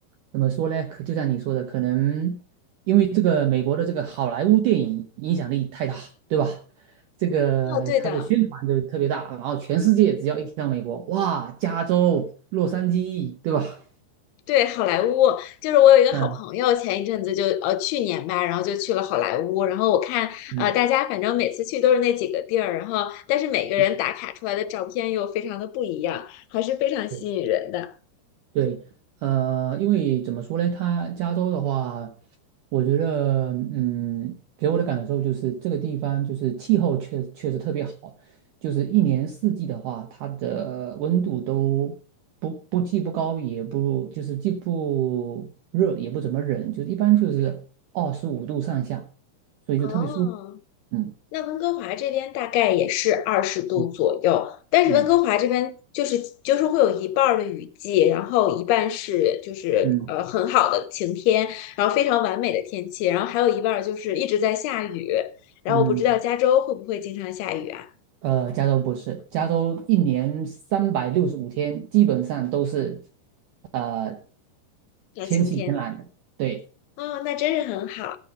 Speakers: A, on the right (about 75°); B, on the left (about 80°).
A: 怎么说呢？可就像你说的，可能因为这个美国的这个好莱坞电影影响力太大，对吧？这个它的宣传就特别大，
B: 哦，对的，
A: 然后全世界只要一提到美国，哇，加州、洛杉矶，对吧？
B: 对，好莱坞就是我有一个好朋友，
A: 嗯
B: 前一阵子就呃去年吧，然后就去了好莱坞。然后我看呃大家反正每次去都是那几个地儿，
A: 嗯。
B: 然后但是每个人打卡出来的照片又非常的不一样，
A: 嗯，
B: 还是非常吸引人的。
A: 对。对，呃，因为怎么说呢，它加州的话，我觉得，嗯，给我的感受就是这个地方就是气候确确实特别好，就是一年四季的话，它的温度都不不既不高也不就是既不热也不怎么冷，就是一般就是二十五度上下，所以就特别舒服。
B: 哦，
A: 嗯
B: 那温哥华这边大概也是二十度左右，
A: 嗯
B: 但是温哥华这边就是就是会有一半儿的雨季，
A: 嗯
B: 然后一半是就是呃很好的晴天，
A: 嗯
B: 然后非常完美的天气，然后还有一半儿就是一直在下雨。然后我不知道加州会不会经常下雨啊？
A: 嗯。呃，加州不是，加州一年三百六十五天基本上都是呃
B: 要晴天。
A: 天气晴朗的，对
B: 哦，那真是很好。